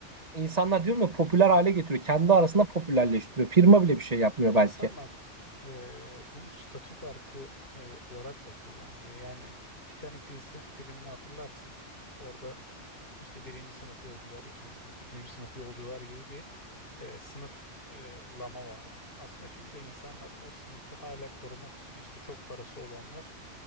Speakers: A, on the right; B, on the left.
A: insanlar diyorum ya popüler hale getiriyor. Kendi arasında popülerleştiriyor. Firma bile bir şey yapmıyor
B: İnsanlar
A: belki.
B: eee, bunu statü farkı eee, olarak da kullanılıyor. Yani Titanic dizisi filmini hatırlarsın. Orada İşte birinci sınıf yolcular, ikinci sınıf, üçüncü sınıf yolcular gibi bir e, sınıf e, lama vardı. Aslında şimdi de insanlar o sınıfı hala korumak için işte çok parası olanlar